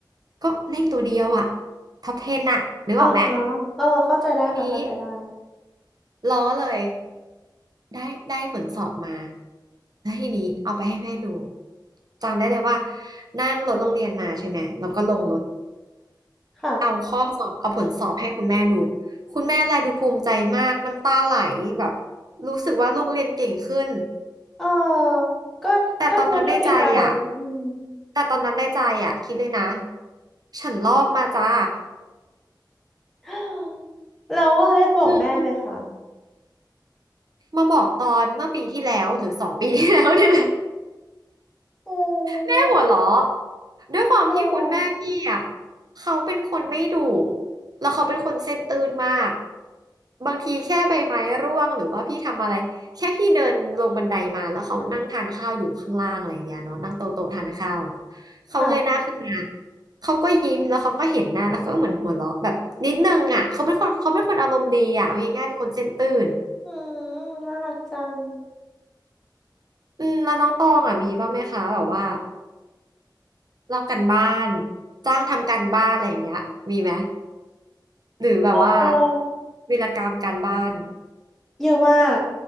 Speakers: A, on the right; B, in the centre.
A: ก็เลขตัวเดียวอะท็อป10อะนึกออกไหม
B: อ่าฮะเออเข้าใจได้ค่ะเข้าใจได้
A: ทีนี้ล้อเลยได้ได้ผลสอบมาแล้วทีนี้เอาไปให้แม่ดูจำได้เลยว่านั่งรถโรงเรียนมาใช่ไหมแล้วก็ลงรถ
B: ค่ะ
A: เอาข้อสอบเอาผลสอบให้คุณแม่ดูคุณแม่แลดูภูมิใจมากน้ำตาไหลแบบรู้สึกว่าลูกเรียนเก่งขึ้น
B: เออก็ก็ดูด้วยดีใจ
A: แต่ตอนนั้นในใจอ่ะ
B: อืม
A: แต่ตอนนั้นในใจอ่ะคิดเลยนะฉันลอกมาจ้า
B: <gasps> แล้วได้บอกแม่ไหมคะ
A: <laughs> มาบอกตอนเมื่อปีที่แล้วหรือสองปีที่แล้วเนี่ยแหละ
B: โอ
A: แม่หัวเราะด้วยความที่คุณแม่พี่อ่ะ
B: เออ
A: เขาเป็นคนไม่ดุแล้วเขาเป็นคนเส้นตื่นมากบางทีแค่ใบไม้ร่วงหรือว่าพี่ทำอะไรแค่พี่เดินลงบันไดมาแล้วเขานั่งทานข้าวอยู่ข้างล่างอะไรอย่างเงี้ยเนาะนั่งโต๊ะโต๊ะทานข้าวอะเนาะเขาเงยหน้าขึ้นมา
B: ค่ะ
A: เขาก็ยิ้มแล้วเขาก็เห็นหน้าแล้วก็เหมือนหัวเราะแบบนิดนึงอ่ะเขาเป็นคนเขาเป็นคนอารมณ์ดีอ่ะเอาง่ายๆเป็นคนเส้นตื่น
B: อืมน่ารักจัง
A: อืมแล้วน้องตองอ่ะมีบ้างไหมคะแบบว่า ลอกกันบ้านจ้างทำการบ้านอะไรอย่างเงี้ยมีไหมหรือแบบว่า
B: เออ
A: วีรกรรมการบ้าน
B: เยอะมาก